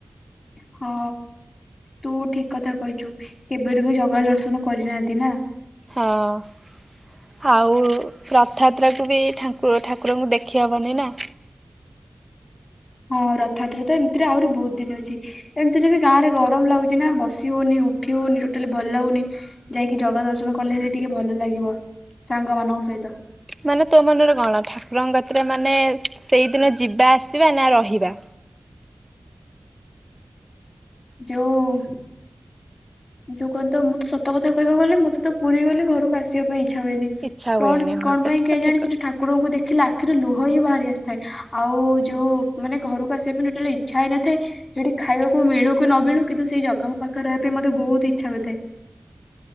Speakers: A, on the left; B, on the right.
A: ହଁ ତୁ ଠିକ୍ କଥା କହିଚୁ କେବେରୁ ବି ଜଗା ଦର୍ଶନ କରିନାହାନ୍ତି ନାଁ।
B: ହଁ। ଆଉ ରଥଆତ୍ରାକୁ ବି ଠାକୁ ଠାକୁରଙ୍କୁ ଦେଖିହେବନି ନାଁ।
A: ହଁ ରଥଆତ୍ରା ତ ଏମତିରେ ଆହୁରି ବୋହୁତ ଦିନ ଅଛି। ଏମିତିରେ ବି ଗାଁରେ ଗରମ ଲାଗୁଚି ନା ବସି ହୋଉନେହିଁ ଉଠି ହୋଉନେହିଁ ଟୋଟାଲି ଭଲ ଲାଗୁନେହିଁ। ଯାଇକି ଜଗା ଦର୍ଶନ କଲେ ହେଲେ ଟିକେ ଭଲ ଲାଗିବ ସାଙ୍ଗ ମାନଙ୍କ ସହିତ।
B: ମାନେ ତୋ ମନରେ କଣ ଠାକୁରଙ୍କ କତିରେ ମାନେ ସେଇଦିନ ଯିବା ଆସିବା ନା ରହିବା?
A: ଯୋଉ ଯୋଉ କଣ ତ ମୁଁ ତ ସତ କଥା କହିବାକୁ ଗଲେ ମତେ ତ ପୁରୀ ଗଲେ ଘରକୁ ଆସିବା ପାଇଁ ଇଚ୍ଛା ହୁଏନେହିଁ।
B: ଇଚ୍ଛା ହୁଏନି
A: କଣ
B: ହଁ
A: କଣ
B: ସେଟା
A: ପାଇଁ କେଇ
B: ତ
A: ଜାଣି
B: ଠିକ
A: ସେଠି
B: କଥା
A: ଠାକୁରଙ୍କୁ ଦେଖିଲେ ଆଖିରୁ ଲୁହ ହିଁ ବାହାରି ଆସିଥାଏ। ଆଉ ଯୋଉ ମାନେ ଘରକୁ ଆସିବା ପାଇଁ ଟୋଟାଲ ଇଚ୍ଛା ହେଇନଥାଏ। ସେଇଠି ଖାଇବାକୁ ମିଳୁ କି ନ ମିଳୁ କିନ୍ତୁ ସେଇ ଜଗା ପାଖରେ ରହିବା ପାଇଁ ମତେ ବୋହୁତୁ ଇଚ୍ଛା ହୋଇଥାଏ।